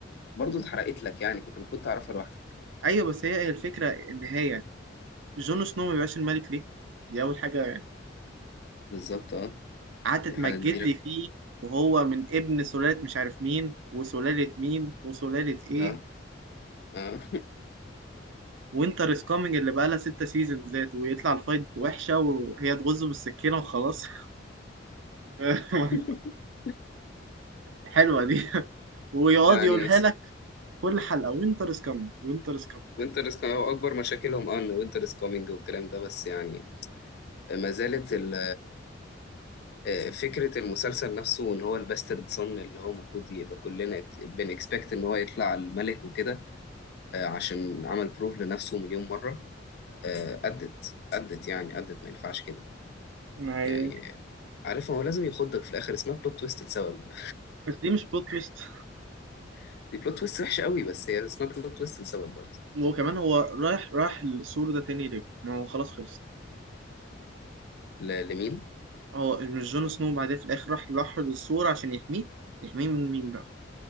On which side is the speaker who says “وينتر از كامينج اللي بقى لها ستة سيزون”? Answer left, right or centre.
Right